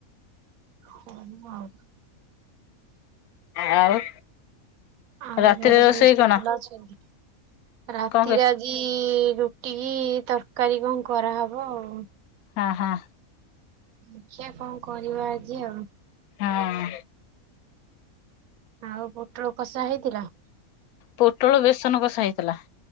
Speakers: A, on the right; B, on the left.
A: ହଁ <unintelligible> ଆଉ
B: ଆଉ?
A: ଆଉ
B: ରାତିରେ
A: ଘର
B: ରୋଷେଇ
A: ସମସ୍ତେ
B: କଣ
A: ଭଲ ଅଛନ୍ତି ରାତିରେ
B: କଣ କ
A: ଆ ଆଜି ରୁଟିକି ତରକାରୀ କଁ କରାହବ ଆଉ।
B: ହଁ ହଁ।
A: ଦେଖିଆ କଣ କରିବା ଆଜି ଆଉ।
B: ହଁ।
A: ଆଉ ପୁଟଳ କଷା ହେଇଥିଲା?
B: ପୋଟଳ ବେସନ କଷା ହେଇଥିଲା।